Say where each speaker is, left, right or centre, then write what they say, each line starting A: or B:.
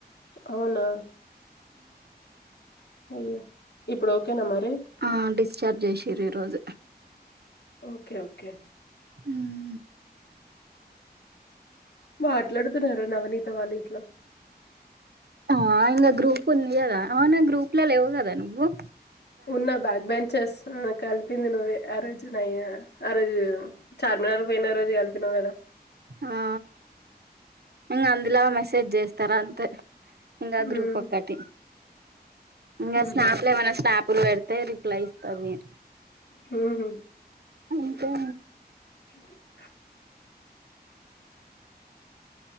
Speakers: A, on the left; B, on the right.
A: అవునా అయ్యో ఇప్పుడు ఓకేనా మరి
B: ఆ డిశ్చార్జ్ జేషిర్రు ఈ రోజు
A: ఓకే ఓకే
B: ఉమ్
A: మాట్లాడుతున్నారా నవనీత వాళ్ళు గిట్ల
B: ఆ ఇంగా గ్రూప్ ఉంది గదా అవ్నే గ్రూప్ లో లెవ్ గదా నువ్వు
A: ఉన్న బ్యాక్ బెంచెస్ ఆ కలిపింది నువ్వే ఆ రోజు నయ్యా ఆ రోజు చార్మినర్కువోయిన రోజు కలిపినవు గదా
B: ఆ ఇంగా అందులా మెసేజ్ జేస్తార్ అంతే ఇంగ
A: మ్మ్.
B: గ్రూప్ ఒక్కటి ఇంగ
A: మ్హూ.
B: స్నాప్లేమన్నా స్నాపులు పెడితే రిప్లై ఇస్తది
A: హుహు
B: ఇంకేందొ
A: టుమారో